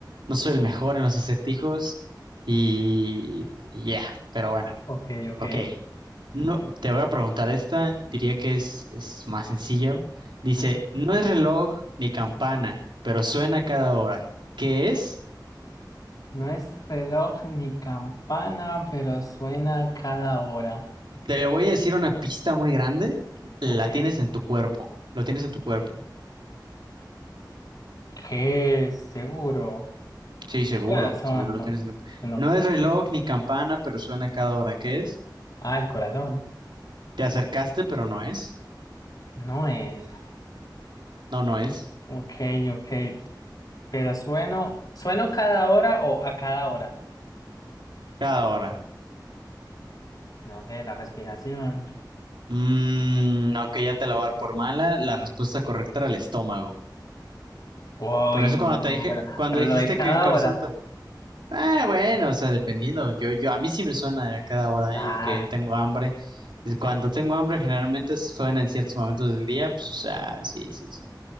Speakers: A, on the right; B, on the left.
A: no soy el mejor en los acertijos y y ya, pero bueno,
B: ok, ok.
A: ok. No, te voy a preguntar esta, diría que es, es más sencillo. Dice,
B: Ujú.
A: no es reloj ni campana, pero suena cada hora. ¿Qué es?
B: No es reloj ni campana, pero suena cada hora.
A: Te voy a decir una pista muy grande. La
B: Ok.
A: tienes en tu cuerpo, lo tienes en tu cuerpo.
B: ¿Qué es? Seguro.
A: Sí, seguro,
B: Corazón,
A: seguro lo
B: no.
A: tienes. en tu-
B: no.
A: No es reloj ni campana, pero suena cada hora que es.
B: Ah, el corazón.
A: Te acercaste, pero no es.
B: No es.
A: No, no es.
B: Ok, ok. Pero sueno, sueno cada hora o a cada hora.
A: Cada hora.
B: No sé, la respiración.
A: Mm, ok, ya te la voy a dar por mala. La respuesta correcta era el estómago.
B: Uy,
A: Por eso cuando
B: no,
A: te dije,
B: pero,
A: cuando
B: pero
A: dijiste
B: lo de cada
A: que el corazón
B: hora.
A: te... Ah, bueno, o sea, dependiendo. Yo, yo, a mí sí me suena a cada hora,
B: Ah,
A: ¿eh? Yo que tengo hambre. Y Cuando
B: uy.
A: tengo hambre, generalmente suena en ciertos momentos del día. Pues, o sea, sí, sí, sí.